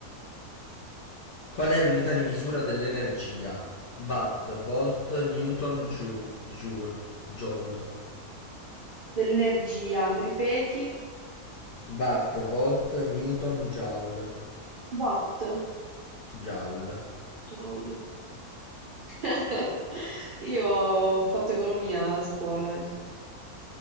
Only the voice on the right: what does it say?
dell'energia, ripeti,
watt,
joule. <laughs> Io ho fatto economia a scuola.